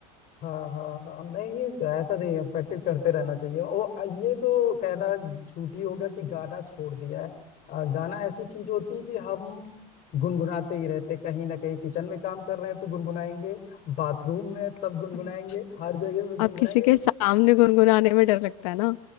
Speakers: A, on the left; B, on the left.
A: हाँ हाँ हाँ नहीं ऐसा नहीं है प्रैक्टिस करते रहना चाहिए वो ये तो कहना झूठी होगा कि गाना छोड़ दिया है अ, गाना ऐसी चीज होती है कि हम गुनगुनाते ही रहते कहीं ना कहीं किचन में काम कर रहे हैं तो गुनगुनाएंगे बाथरूम में तब गुनगुनाएंगे
B: हम्म।
A: हर जगह में गुनगुनाएंगे
B: अब किसी के सामने गुनगुनाने में डर लगता है ना